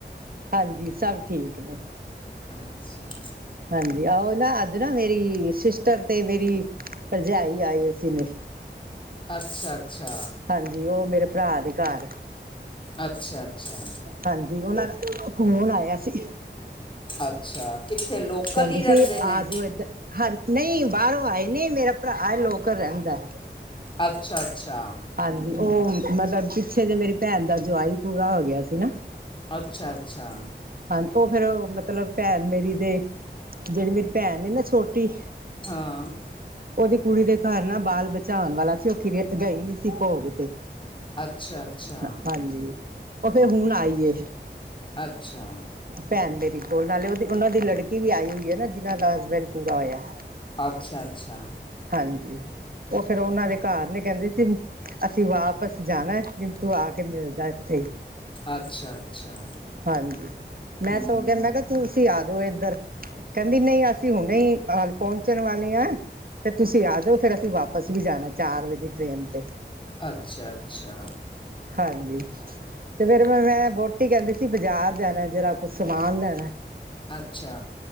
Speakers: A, on the right; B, on the left.
A: ਹਾਂਜੀ। ਸਭ ਠੀਕ ਨੇ।
B: ਅੱਛਾ ਜੀ।
A: ਹਾਂਜੀ। ਆਓ ਨਾ ਅੱਜ ਨਾ ਮੇਰੀ, ਸਿਸਟਰ ਤੇ ਮੇਰੀ, ਭਰਜਾਈ ਆਈ ਹੋ ਸੀ ਨੇ।
B: ਅੱਛਾ- ਅੱਛਾ।
A: ਹਾਂਜੀ। ਉਹ ਮੇਰੇ ਭਰਾ ਦੇ ਘਰ।
B: ਅੱਛਾ -ਅੱਛਾ।
A: ਹਾਂਜੀ। ਉਹ ਨਾਲ ਫੋਨ ਆਇਆ ਸੀ।
B: ਅੱਛਾ ਕਿੱਥੇ ਲੋਕਲ
A: ਕਹਿੰਦੇ
B: ਹੀ ਰਹਿੰਦੇ
A: ਸੀ
B: ਨੇ
A: ਆ ਜਾਓ ਇਏਧਰ। ਹਾਂ ਨਹੀਂ ਬਾਹਰੋਂ ਆਏ ਨੇ ਮੇਰਾ ਭਰਾ ਲੋਕ ਰਹਿੰਦਾ।
B: ਅੱਛਾ- ਅੱਛਾ।
A: ਹਾਂਜੀ ਉਹ, ਮਤਲਬ ਪਿੱਛੇ ਜੇ ਮੇਰੀ ਭੈਣ ਦਾ ਜਵਾਈ ਪੂਰਾ ਹੋ ਗਿਆ ਸੀ ਨਾ।
B: ਅੱਛਾ- ਅੱਛਾ।
A: ਹਾਂ ਉਹ ਫੇਰ ਮਤਲਬ ਭੈਣ ਮੇਰੀ ਦੇ, ਜਿਹੜੀ ਮੇਰੀ ਭੈਣ ਨੇ ਨਾ ਛੋਟੀ।
B: ਹਾਂ।
A: ਉਹਦੀ ਕੁੜੀ ਦੇ ਘਰ ਨਾ ਬਾਲ- ਬੱਚਾ ਹੋਣ ਵਾਲਾ ਸੀ ਉਹ ਕਿਰੀਆ ਤੇ ਗਈ ਨੀ ਸੀ ਭੋਗ।
B: ਅੱਛਾ ਅੱਛਾ
A: ਹਾਂਜੀ। ਉਹ ਫੇਰ ਹੁਣ ਆਈਏ।
B: ਅੱਛਾ।
A: ਭੈਣ ਤੇਰੀ ਕੋਲ, ਨਾਲੇ ਉਹਦੀ ਉਹਨਾਂ ਦੀ ਲੜਕੀ ਵੀ ਆਈ ਹੋਈ ਹੈ ਨਾ ਜਿਹਨਾਂ ਦਾ ਹਸਬੈਂਡ ਪੂਰਾ ਹੋਇਆ।
B: ਅੱਛਾ -ਅੱਛਾ।
A: ਹਾਂਜੀ। ਉਹ ਫੇਰ ਉਹਨਾਂ ਦੇ ਘਰ ਨੇ ਕਹਿੰਦੇ ਸੀ ਅਸੀਂ ਵਾਪਿਸ ਜਾਣਾ, ਮੈਨੂੰ ਤੂੰ ਆ ਕੇ ਮਿਲ ਜਾ ਇੱਥੇ ਹੀ।
B: ਅੱਛਾ- ਅੱਛਾ।
A: ਹਾਂਜੀ ਮੈਂ
B: ਹਮ,
A: ਸੋਗੋ ਕਿਹਾ, ਤੁਸੀਂ ਆ ਜਾਓ ਇੱਧਰ। ਕਹਿੰਦੀ ਨਹੀਂ ਅਸੀਂ ਹੁਣੇਂ, ਹੀ ਪਹੁੰਚਣ ਵਾਲੇ ਹਾਂ। ਤੇ ਤੁਸੀਂ ਆ ਜਾਓ ਫੇਰ ਅਸੀਂ ਵਾਪਿਸ ਵੀ ਜਾਣਾਂ ਚਾਰ ਵਜੇ ਦੀ ਟ੍ਰੇਨ ਤੇ।
B: ਅੱਛਾ- ਅੱਛਾ।
A: ਹਾਂਜੀ ਤੇ ਫਿਰ ਰੁਨੇ ਮੈਂ ਵੋਟੀ ਕਹਿੰਦੀ ਸੀ। ਬਾਜ਼ਾਰ ਜਾਣਾਂ ਜਰਾ ਕੁਛ ਸਮਾਨ ਲੈਣਾਂ।
B: ਅੱਛਾ।